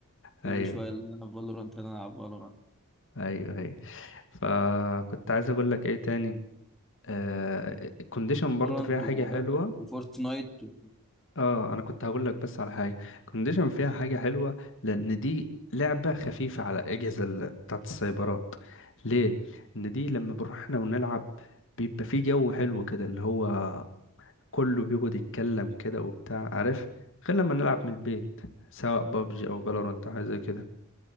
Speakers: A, in the centre; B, on the left.
A: كل
B: ايوه
A: شوية نلعب فالورانت نلعب فالورانت
B: ايوه ايوه فكنت عايز اقول لك ايه تاني آه الكونديشن برضو
A: فالورانت
B: فيها حاجه
A: و-
B: حلوه
A: وفورتنايت و...
B: اه انا كنت هقول لك بس على حاجه كونديشن فيها حاجه حلوه لان دي لعبه خفيفه على اجهزه ال- بتاعت السايبرات ليه ان دي لما بنروح احنا ونلعب بيبقى في جو حلو كده اللي هو كله بيقعد يتكلم كده وبتاع عارف غير لما نلعب من البيت سواء بابجي او فالورانت او حاجه زي كده